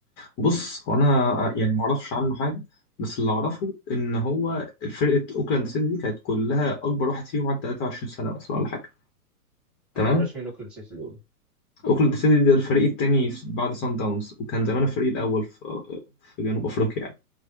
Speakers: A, on the left; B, in the centre.
A: بص هو أنا آه، يعني معرفش عنه حاجة بس اللي أعرفه إن هو فرقة أوكلاند سيتي دي كانت كلها أكبر واحد فيهم عنده 23 سنة مثلا ولا حاجة تمام
B: انا ما اعرفش مين اوكلاند سيتي دول
A: أوكلاند سيتي ده الفريق التاني بعد سان داونز وكان زمان الفريق الأول في آه، في جنوب أفريقيا يعني